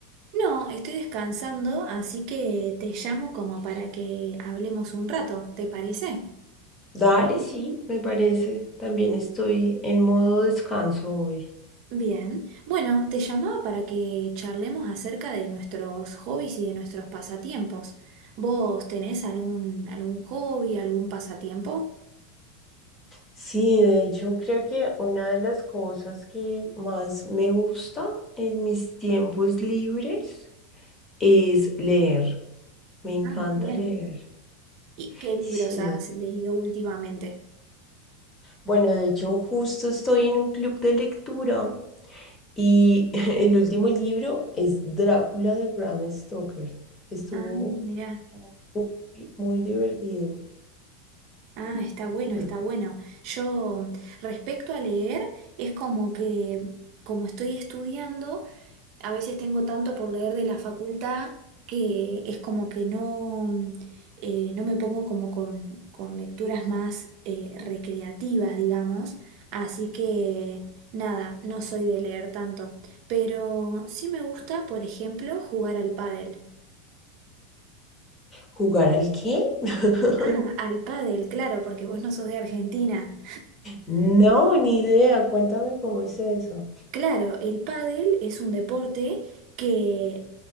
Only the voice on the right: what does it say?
No, estoy descansando, así que te llamo como para que hablemos un rato, ¿te parece?
Bien, bueno, te llamaba para que charlemos acerca de nuestros hobbies y de nuestros pasatiempos. ¿Vos tenés algún, algún hobby, algún pasatiempo?
Ah, bien.
¿Y qué libros
has leído últimamente?
Ah, mira.
Ah, está bueno,
está bueno. Yo, respecto a leer, es como que, como estoy estudiando, a veces tengo tanto por leer de la facultad que es como que no, mm, eh, no me pongo como con, con lecturas más eh, recreativas, digamos. Así que, nada, no soy de leer tanto. Pero sí me gusta, por ejemplo, jugar al pádel.
Ah, al pádel, claro, porque vos no sos de Argentina.
Claro, el pádel es un deporte que,